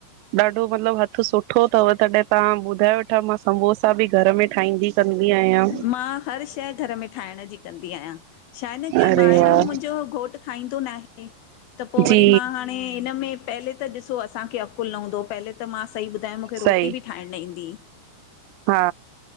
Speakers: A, on the right; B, on the left.
A: ॾाढो मतलब हथु सुठो थव, तॾहिं तहां ॿुधायो वेठा मां सम्बोसा बि घर में ठाहिंदी कंदीं आयां।
B: मां हर शै घर में ठाहिण ॼी कंदी आहियां, छा ए न कि
A: अरे
B: ॿाहिरियों
A: वाह
B: मुंहिंजो घोट खाईंदो ना आहे त पो
A: जी
B: वरी मां हाणे हिन में पहले त ॾिसो असांखे अकुल न हूंदो हो, पहले त मां सही ॿुधाया मा मुखे
A: सही
B: रोटी बि ठाहिणु न ईंदी ई।
A: हा